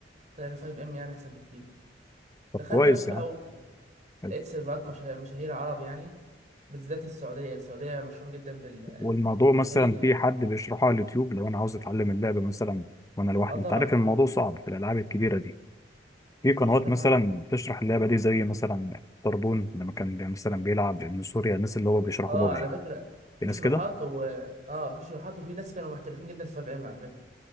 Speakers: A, on the right; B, on the left.
A: طلع ان 5 ام يعني احسن بكتير
B: طب
A: دخلت
B: كويس
A: يا باشا بقى
B: يا عم حلو.
A: ولقيت سيرفرات مشا- مشاهير عرب يعني بالذات السعوديه السعوديه مشهوره جدا بال
B: والموضوع
A: بالخليج
B: مثلا
A: يعني
B: في حد بيشرحه على اليوتيوب لو انا عاوز اتعلم اللعبه مثلا وانا لوحدي
A: اه طبعا
B: انت عارف الموضوع
A: في
B: صعب في الالعاب الكبيره دي في قنوات
A: في شروحات
B: مثلا بتشرح اللعبه دي زي مثلا طربون لما كان بي- مثلا بيلعب من سوريا الناس اللي هو بيشرحوا
A: اه
B: بابجي
A: على فكره في
B: في ناس
A: شروحات
B: كده
A: و اه في شروحات وفي ناس كانوا محترفين جدا في 5 ام على فكره